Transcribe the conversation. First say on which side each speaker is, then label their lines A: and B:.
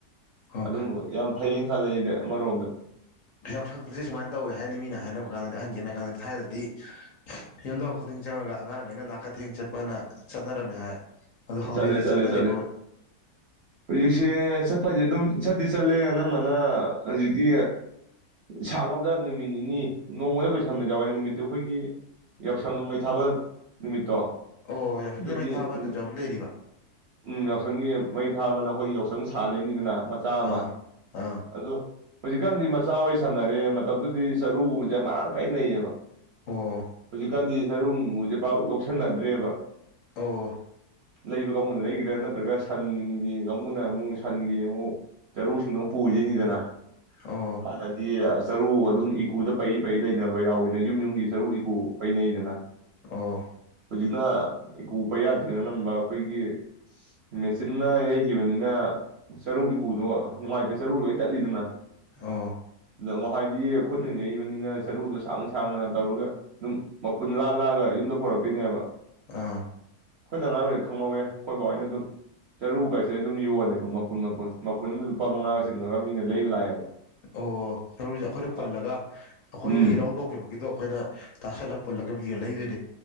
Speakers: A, on the left; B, on the right.
A: ꯑꯣ
B: ꯑꯗꯨꯝꯕ ꯌꯥꯝ ꯐꯩ ꯈꯜꯂꯛꯏꯗ ꯃꯅꯣꯝꯗ
A: ꯌꯥꯎꯁꯪꯁꯦ ꯁꯨꯃꯥꯏꯅ ꯇꯧꯋꯤ ꯍꯥꯏꯅ ꯃꯤꯅ ꯍꯥꯏꯅꯕ <inaudible> ꯌꯨꯝꯊꯣꯡ ꯈꯨꯗꯤꯡ ꯆꯪꯉꯒ ꯑꯉꯥꯡꯈꯩꯅ ꯅꯥꯀꯊꯦꯡ ꯆꯠꯄꯅ ꯆꯠꯅꯔꯝꯃꯦ ꯍꯥꯏ ꯑꯗꯣ ꯍꯧꯖꯤꯛꯇꯤ
B: ꯆꯂꯦ ꯆꯂ
A: ꯆꯠꯅꯔꯤꯕ
B: ꯆꯂ ꯑꯩꯁꯦ ꯁ ꯁꯋꯥꯏꯁꯦ ꯑꯗꯨꯝ ꯆꯠꯇꯤ ꯆꯠꯂꯦ ꯑꯅꯝꯕꯅ ꯍꯧꯖꯤꯛꯇꯤ ꯁꯥꯡꯉꯗ ꯅꯨꯃꯤꯠ ꯅꯤꯅꯤ ꯅꯣꯡꯃꯗ ꯂꯣꯏꯁꯟꯕ ꯌꯥꯎꯋꯦ ꯅꯨꯃꯤꯠꯇꯨ ꯑꯩꯈꯣꯏꯒꯤ ꯌꯥꯎꯁꯪ ꯃꯩ ꯊꯥꯕ ꯅꯨꯃꯤꯠꯇꯣ
A: ꯑꯣ
B: ꯑꯗꯨꯒꯤ
A: <unintelligible>
B: ꯅꯨꯃꯤꯠ ꯎꯝ ꯌꯥꯎꯁꯪꯒꯤ ꯃꯩ ꯊꯥꯕꯅ ꯑꯩꯈꯣꯏ ꯌꯥꯎꯁꯪ ꯁꯪ ꯁꯥꯗꯩꯅꯤꯗꯅ ꯃꯆꯥ ꯑꯃ
A: ꯑꯥ ꯑꯥ
B: ꯑꯗꯨ ꯍꯧꯖꯤꯛꯀꯥꯟꯗꯤ ꯃꯆꯥ ꯑꯣꯏ ꯁꯥꯟꯅꯔꯦ ꯃꯇꯝꯗꯨꯗꯤ ꯆꯔꯨꯒꯨꯝꯕꯁꯦ ꯌꯥꯝ ꯃꯔꯥꯡꯈꯥꯏꯅ ꯂꯩꯌꯦꯕ
A: ꯑꯣ
B: ꯀꯟꯗꯤ ꯁꯔꯨ ꯒꯨꯝꯕꯁꯦ ꯄꯥꯛ ꯂꯧꯁꯟꯅꯗ꯭ꯔꯦꯕ
A: ꯑꯣ
B: ꯂꯩꯕ ꯀꯥꯡꯕꯨꯨꯅ ꯂꯩꯈ꯭ꯔꯦ ꯅꯠ ꯑꯗꯒ ꯁꯟꯒꯤ ꯀꯥꯡꯕꯨꯨꯅ ꯑꯃꯨꯛ ꯁꯟꯒꯤ ꯑꯃꯨꯛ ꯆꯔꯨꯁꯤꯡꯗꯨ ꯑꯃꯨꯛ ꯄꯨꯒꯤꯗꯣꯏꯅꯤꯗꯅ
A: ꯑꯣ
B: ꯍꯥꯟꯅꯗꯤ ꯆꯔꯨ ꯑꯗꯨꯝ ꯏꯀꯨꯗ ꯄꯩ ꯄꯩ ꯂꯩꯅꯕ ꯌꯥꯎꯕꯅꯤ ꯌꯨꯝ ꯌꯨꯝꯒꯤ ꯆꯔꯨ ꯏꯀꯨ ꯄꯩꯅꯩꯗꯅ
A: ꯑꯣ
B: ꯍꯧꯖꯤꯛꯅ ꯏꯀꯨ ꯄꯩ ꯌꯥꯗ꯭ꯔꯤꯅꯦ ꯅꯝꯕ ꯑꯩꯈꯣꯏꯒꯤ ꯃꯦꯆꯤꯟꯅ ꯌꯩꯈꯤꯕꯅꯤꯅ ꯆꯔꯨ ꯏꯀꯨꯗꯣ ꯅꯨꯡꯉꯥꯏꯇ ꯆꯔꯨ ꯂꯣꯏ ꯇꯠꯂꯤꯗꯅ
A: ꯑꯣ
B: ꯑꯗꯣ ꯅꯥꯍꯟꯋꯥꯏꯗꯤ ꯏꯈꯨꯠꯅ ꯌꯩꯕꯅꯤꯅ ꯆꯔꯨꯗꯣ ꯁꯥꯡꯅ ꯁꯥꯡꯅ ꯇꯧꯔꯒ ꯑꯗꯨꯝ ꯃꯄꯨꯟ ꯂꯥꯛꯑ ꯂꯥꯛꯑꯒ ꯌꯨꯝꯗ ꯄꯨꯔꯛꯇꯣꯏꯅꯦꯕ
A: ꯑꯥ
B: ꯑꯩꯈꯣꯏ ꯑꯉꯥꯡ ꯈꯪꯍꯧꯋꯦ ꯑꯩꯈꯣꯏ ꯕꯥꯥ ꯑꯣꯏꯅ ꯑꯗꯨꯝ ꯆꯔꯨꯒꯥꯏꯁꯦ ꯑꯗꯨꯝ ꯌꯣꯜꯂꯦꯕ ꯃꯄꯨꯟ ꯃꯄꯨꯟ ꯃꯄꯨꯟ ꯑꯃꯝꯗ ꯂꯨꯄꯥ ꯃꯉꯥꯒ ꯆꯤꯡꯉꯒ ꯃꯤꯅ ꯂꯩꯕ ꯂꯥꯛꯑꯦꯕ
A: ꯑꯣ ꯆꯔꯨꯁꯦ ꯑꯩꯈꯣꯏꯅ ꯄꯨꯜꯂꯒ
B: ꯑ-
A: ꯑꯩꯈꯣꯏꯒꯤ
B: ꯎꯝ
A: ꯂꯧ ꯂꯣꯛꯈꯤꯕꯒꯤꯗꯣ ꯑꯩꯈꯣꯏꯅ ꯇꯥꯁꯜꯂ ꯄꯨꯜꯂꯒ ꯌꯦ ꯂꯩꯏꯗꯣꯏ